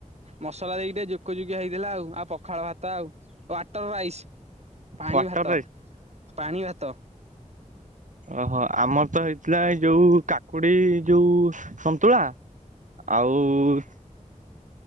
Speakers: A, on the right; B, on the right.
A: ମସଲା ଦେଇକି ଟିକେ ଜୋକଜୋକିଆ ହେଇଥିଲା ଆଉ ଆଉ ପ ପଖାଳ ଭାତ ଆଉ, <unintelligible> ୱଟର ରାଇସ୍ ପାଣି
B: ୱାଟର
A: ଭାତ, ପାଣି ଭାତ।
B: ଓହୋଃ ଆମର ତ ହେଇଥିଲା ଏଇ ଯୋଉ କାକୁଡି ଯୋଉ ସନ୍ତୁଳା। ଆଉ-ଉ-ଉ